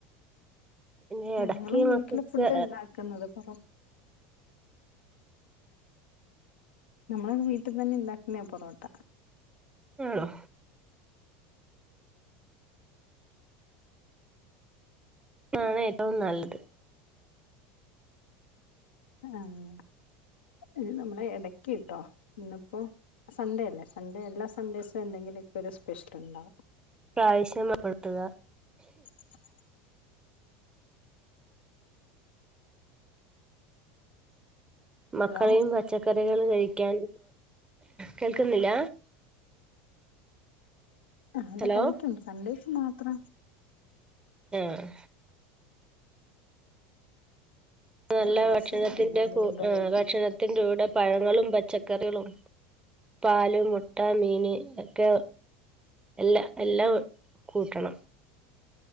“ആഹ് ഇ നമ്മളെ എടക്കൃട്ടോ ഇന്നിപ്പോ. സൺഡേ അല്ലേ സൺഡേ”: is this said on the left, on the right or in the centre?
Left